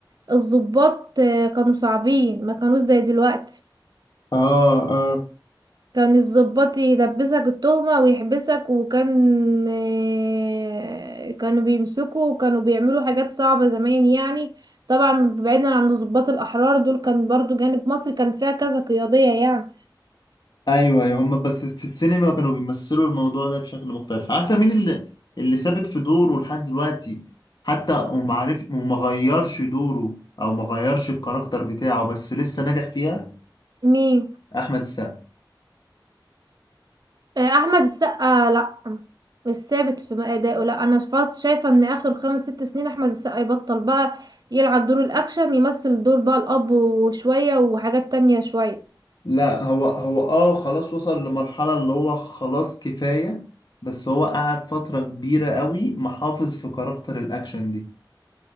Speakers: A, on the right (about 55°); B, on the left (about 60°).
A: الضباط آه، كانوا صعبين ما كانوش زي دلوقتي
B: اه اه
A: كان الضباط يلبسك التهمة ويحبسك وكان آه، كانوا بيمسكوا وكانوا بيعملوا حاجات صعبة زمان يعني طبعا بعيدا عن الضباط الأحرار دول كان برضو جانب مصر كان فيها كذا قيادية يعني
B: ايوه أيوة. هم بس في السينما كانوا بيمثلوا الموضوع ده بشكل مختلف عارفه مين اللي اللي ثابت في دوره لحد دلوقتي حتى وما عارف وما غيرش دوره او ما غيرش الكاركتر بتاعه بس لسه ناجح فيها
A: مين
B: احمد السقا
A: آه، أحمد السقا لأ مش ثابت في أدائه لأ أنا فات- شايفة إن آخر خمس ست سنين أحمد السقا يبطل بقى يلعب دور الأكشن يمثل دور بقى الأب وشوية وحاجات تانية شوية
B: لا هو هو اه خلاص وصل لمرحله اللي هو خلاص كفايه بس هو قعد فتره كبيره قوي محافظ في كاركتر الاكشن دي